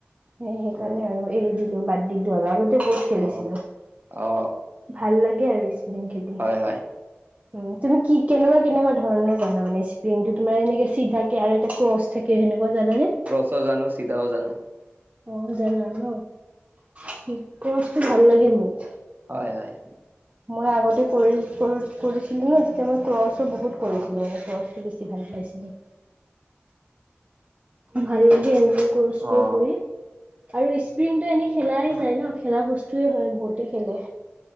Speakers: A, on the right (about 35°); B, on the right (about 50°).
A: সেই সেইকাৰণে
B: অ
A: আৰু এৰি দিলোঁ বাদ দিলোঁ আৰু আগতে বহুত খেলিছিলোঁ,
B: অ অ
A: ভাল লাগে আৰু স্প্ৰিং খেলি।
B: হয় হয়
A: উম তুমি কি কেনেকুৱা - কেনেকুৱা ধৰণৰ বনোৱা মানে স্প্ৰিংটো তোমাৰ এনেকে চিধাকে আৰু এটা ক্ৰচ থাকে সেনেকুৱা জানানে?
B: ত জানো, চিধাও জানো।
A: অ জানা ন, সী কচটো ভাল লাগে মোক।
B: হয় হয়।
A: মই আগতে কৰি কৰি কৰিছিলো ন যেতিয়া মই ক্ৰছো বহুত কৰিছিলো
B: অ
A: মানে ক্ৰচ বেছি ভাল পাইছিলো। ভাল লাগে এনেকৈ কষ্টও
B: অ
A: কৰি। আৰু স্প্ৰিংটো এনেই খেলাই যায় ন, খেলা বস্তুয়ে হয় বহুতে কেলে,